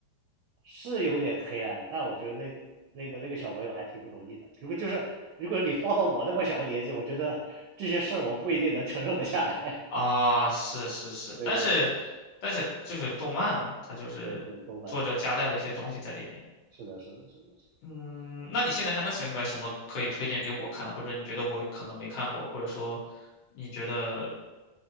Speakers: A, on the right; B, on the left.
A: 是有点黑暗，但我觉得那那个那个小朋友还挺不容易的。如果就是如果你放到我那么小个年纪，我觉得这些事儿我不一定能承受得下来。
B: 啊，是是是，
A: <laughs> 对对对
B: 但是但是就是动漫嘛，它就是作者夹带了一些东西在里面。
A: 对对，动漫动漫，对是的是的是的是的
B: 嗯，那你现在还能想出来什么可以推荐给我看，或者你觉得我可能没看过，或者说你觉得